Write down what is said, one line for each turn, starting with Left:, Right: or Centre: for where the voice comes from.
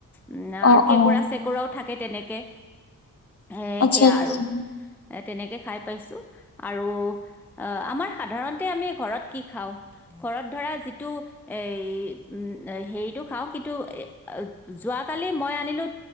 Centre: উম আৰু
Left: অ',
Centre: কেঁকোৰা
Left: অ',
Centre: চেকোৰাও থাকে তেনেকে, এ,
Left: আচ্ছা,
Centre: সেয়া
Left: আচ্ছা,
Centre: আৰু এ, তেনেকে খাই পাইছো। আৰু অহ আমাৰ সাধাৰণতে আমি ঘৰত কি খাওঁ ঘৰত ধৰা যিটো এ উম হেৰিটো খাওঁ কিন্তু এ যোৱাকালি মই আনিলো